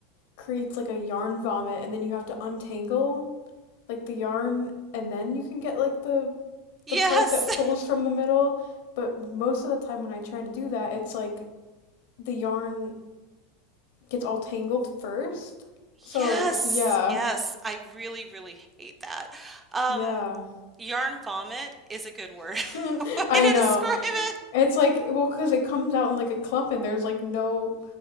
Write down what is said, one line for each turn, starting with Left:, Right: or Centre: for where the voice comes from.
Left: creates like a yarn vomit and then you have to untangle. like the yarn and then you can get like the
Right: Yes.
Left: the part that pulls
Right: <laughs>
Left: from the middle, but most of the time when I try to do that, it's like the yarn gets all tangled first. So,
Right: Yes,
Left: yeah.
Right: yes. I really, really hate that. Um,
Left: Yeah.
Right: yarn vomit is a good word
Left: <laughs>
Right: <laughs> way
Left: I
Right: to
Left: know.
Right: describe it.
Left: It's like well cuz it comes out in like a clump and there's like no